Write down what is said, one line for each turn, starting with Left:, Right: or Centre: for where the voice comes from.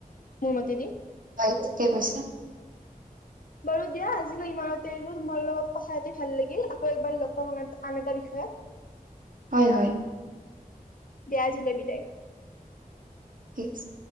Left: মোৰ মতেদি।
Right: হয় ঠিকে কৈছা।
Left: বাৰু দিয়া আজিলৈ ইমানতেনে তোমাৰ লগত কথা পাতি ভাল লাগিল আকৌ এবাৰ লগ পাম আ -আন এটা বিষয়ত।
Right: হয়- হয়
Left: দেয়া আজিলৈ বিদায়।
Right: ঠিক আছে